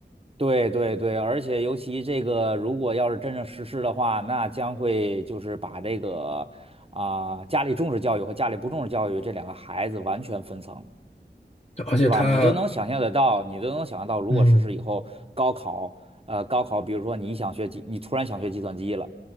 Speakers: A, on the right; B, on the left.
A: 对对对，而且尤其这个，如果要是真正实施的话，那将会就是把这个啊、家里重视教育和家里不重视教育这两个孩子完全分层，
B: 而且它
A: 对吧？你都能想象得到，你都能想象到，如果实施以后，
B: 嗯
A: 高考，呃，高考，比如说你想学计，你突然想学计算机了，